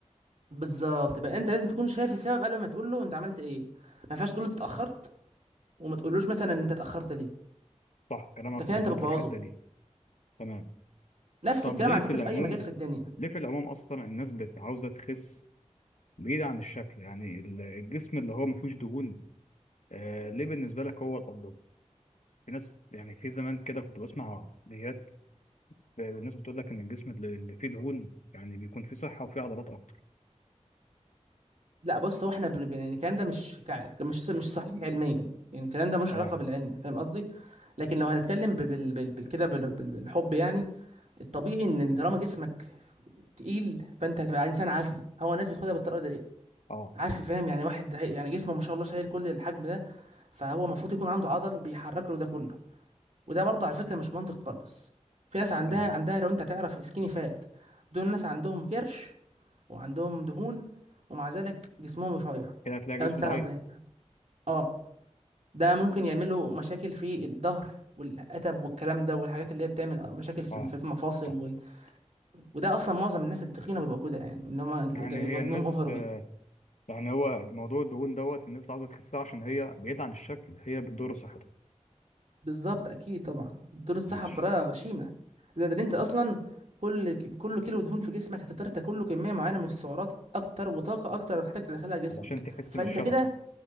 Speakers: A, on the right; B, on the left.
A: بالظبط يبقى انت لازم تكون شايف السبب قبل ما تقول له انت عملت ايه ما ينفعش تقول له انت اتاخرت وما تقولوش مثلا انت اتاخرت ليه
B: صح كلامك
A: ده كده
B: مظبوط
A: انت بتبوظه
B: في الحتة دي تمام
A: نفس
B: طب
A: الكلام
B: ليه
A: على
B: في
A: فكره
B: العموم
A: في اي مجال في الدنيا
B: ليه في العموم اصلا الناس بت- عاوزه تخس بعيد عن الشكل يعني ال- الجسم اللي هو ما فيهوش دهون آه ليه بالنسبه لك هو الافضل في ناس يعني في زمان كده كنت بسمع فيديوهات آه، الناس بتقول لك ان الجسم اللي اللي فيه دهون يعني بيكون فيه صحه وفيه عضلات اكتر
A: لا بص هو احنا بن... بن- يعني الكلام ده مش كع... مش مش صحيح علميا يعني الكلام ده ملوش
B: تمام
A: علاقه بالعلم فاهم قصدي لكن لو هنتكلم بال... بال... بال... بال- كده بال... بال... بالحب يعني الطبيعي ان طالما جسمك تقيل فانت هتبقى انسان عافي هو الناس بتاخدها بالطريقه دي
B: اه
A: عافي فاهم يعني واحد ده- يعني جسمه ما شاء الله شايل كل الحجم ده فهو المفروض يكون عنده عضل بيحرك له ده كله وده برضه على فكرة مش منطق خالص في ناس عندها
B: تمام
A: عندها لو انت تعرف سكيني فات دول ناس عندهم كرش وعندهم دهون ومع ذلك جسمهم رفيع
B: كده هتلاقي جسم
A: لو انت تعرف
B: ضعيف
A: ده يعني. اه ده ممكن يعمل له مشاكل في الظهر والقتب والكلام ده والحاجات اللي هي بتعمل مشاكل في
B: اه
A: في المفاصل
B: صح
A: وال... وده اصلا معظم الناس التخينه بيبقوا كده يعني ان هم
B: يعني هي
A: وزنهم
B: الناس
A: اوفر
B: آه، يعني هو الموضوع الدهون دوت الناس عاوزه تخسها عشان هي بعيد عن الشكل هي بتضر صحتها
A: بالظبط اكيد طبعا بتدور الصحه
B: ماشي
A: بطريقه غشيمه زائد ان انت اصلا كل كل كيلو دهون في جسمك هتضطر تاكل له كميه معينه من السعرات اكتر وطاقه اكتر هتحتاج تدخلها جسمك
B: علشان تحس
A: فانت
B: بالشبع
A: كده